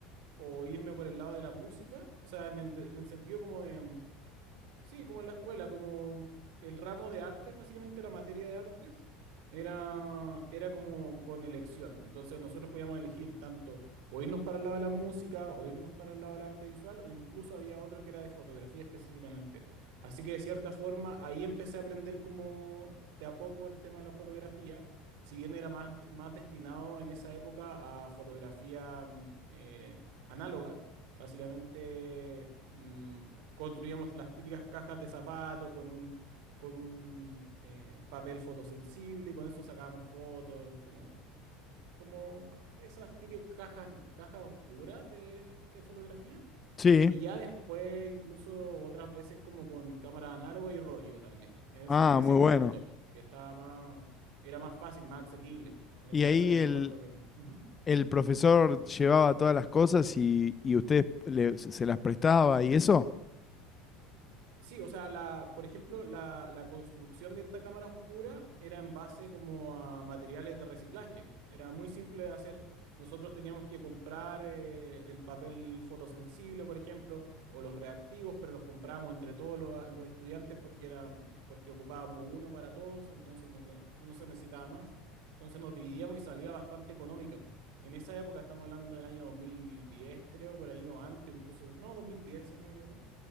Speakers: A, on the right (about 70°); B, on the left (about 30°).
A: o irme por el lado de la música, o sea, en el, en el sentido como de... mm, Sí, como en la escuela, como el ramo de artes, básicamente la materia de artes, era, era como con elección. Entonces nosotros podíamos elegir tanto o irnos para el lado de la música, o irnos para el lado del arte visual, o incluso había otro que era de fotografía específicamente. Así que de cierta forma ahí empecé a aprender como de a poco el tema de la fotografía, si bien era más, más destinado en esa época a fotografía mm, eh, análoga, básicamente... mm, construíamos las típicas cajas de zapato con un, con un eh, papel fotosensible y con eso sacábamos fotos, como, como esas típicas cajas, cajas oscuras de, de fotografía.
B: Sí.
A: Y ya después incluso otras veces como con cámara análoga y rollo también. En, es-
B: Ah,
A: en ese
B: muy
A: momento,
B: bueno.
A: que estaba más, era más fácil, más asequible. En esa
B: Y ahí
A: época yo
B: el,
A: me acuerdo que... ujú.
B: el profesor llevaba todas las cosas y, y usted le- se las prestaba y eso.
A: Sí, o sea, la, por ejemplo, la, la construcción de esta cámara oscura era en base como a materiales de reciclaje. Era muy simple de hacer. Nosotros teníamos que comprar eh, el papel fotosensible, por ejemplo, o los reactivos, pero los comprábamos entre todos los, los estudiantes porque eran, porque ocupábamos uno para todos, entonces como que no se necesitaba más. Entonces nos dividíamos y salía bastante económica. En esa época, estamos hablando del año 2010, creo, por ahí, o antes, incluso, no, 2010, si no me equivoco.